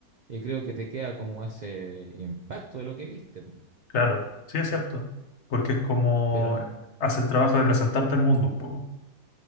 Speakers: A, on the right; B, on the left.
A: y creo que te queda como ese impacto de lo que viste.
B: claro, sí es cierto, porque es como
A: Pero n-
B: hace el trabajo de presentarte al mundo un poco.